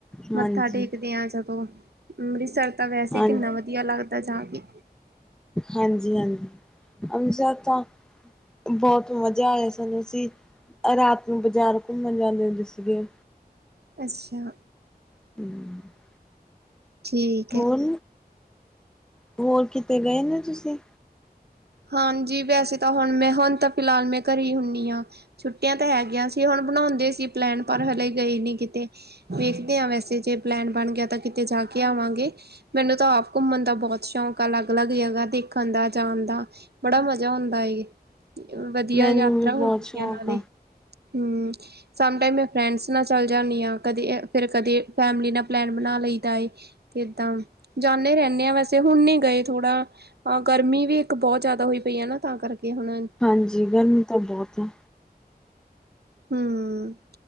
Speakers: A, in the centre; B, on the right.
A: ਹਾਂਜੀ
B: ਮੱਥਾ ਟੇਕਦੇ ਆ ਜਦੋਂ ਅੰਮ੍ਰਿਤਸਰ ਤਾਂ ਵੈਸੇ
A: ਹਾਂ
B: ਈ ਕਿੰਨਾ ਵਧੀਆ ਲੱਗਦਾ ਜਾ ਕੇ।
A: ਹਾਂਜੀ ਹਾਂਜੀ ਅੰਮ੍ਰਿਤਸਰ ਤਾਂ ਬੋਤ ਮਜ਼ਾ ਆਇਆ ਸਾਨੂੰ ਅਸੀਂ ਰਾਤ ਨੂੰ ਬਜ਼ਾਰ ਘੁੰਮਣ ਜਾਂਦੇ ਹੁੰਦੇ ਸੀਗੇ।
B: ਅੱਛਾ।
A: <inaudible>
B: ਠੀਕ
A: ਹੋਰ
B: ਐ।
A: ਹੋਰ ਕਿਤੇ ਗਏ ਨੀ ਤੁਸੀਂ।
B: ਹਾਂਜੀ ਵੈਸੇ ਤਾਂ ਹੁਣ ਮੈਂ ਹੁਣ ਤਾਂ ਫਿਲਾਲ ਮੈਂ ਘਰੇ ਈ ਹੁੰਨੀ ਆਂ। ਛੁੱਟੀਆਂ ਤਾਂ ਹੈਗੀਆਂ ਸੀ, ਹੁਣ ਬਣਾਉਂਦੇ ਸੀ ਪਲੈਨ ਪਰ ਹਲੇ ਗਏ ਨੀ ਕਿਤੇ। ਵੇਖਦੇ ਆਂ ਵੈਸੇ ਜੇ ਪਲੈਨ ਬਣ ਗਿਆ ਤਾਂ ਕਿਤੇ ਜਾ ਕੇ ਆਵਾਂਗੇ ਮੈਨੂੰ ਤਾਂ ਆਪ ਘੁੰਮਣ ਦਾ ਬੋਤ ਸ਼ੌਂਕ ਆ, ਲੱਗ ਲੱਗ ਜਗ੍ਹਾ ਦੇ। ਦੇੇਖਣ ਦਾ, ਜਾਣ ਦਾ, ਬੜਾ ਮਜ਼ਾ ਹੁੰਦਾ ਏ। ਵਧੀਆ
A: ਮੈਨੂੰ
B: ਯਾਤਰਾ
A: ਵੀ
B: ਹੁੰਦੀ
A: ਬਹੁਤ ਸ਼ੌਕ
B: ਆ ਨਾਲੇ, ਹੂੰ। ਸਮ ਟਾਈਮ ਮੈਂ ਫਰੈਂਡਸ ਨਾਲ ਚੱਲ ਜਾਂਨੀ ਆਂ, ਕਦੇ ਫੇਰ ਕਦੇ ਫੈਮਲੀ ਨਾਲ ਪਲੈਨ ਬਣਾ ਲਈ ਦਾ ਏ। ਤੇ ਏਦਾਂ ਜਾਂਨੇ ਰੈਣੇ। ਵੈਸੇ ਹੁਣ ਨੀ ਗਏ ਥੋੜਾ ਅ ਗਰਮੀ ਵੀ ਇੱਕ ਬੋਤ ਜਾਦਾ ਹੋਈ ਪਈ ਆ ਨਾ, ਤਾਂ ਕਰਕੇ ਹੁਣ
A: ਹਾਂਜੀ ਗਰਮੀ ਤਾਂ ਬੋਤ ਆ।
B: ਹੂੰ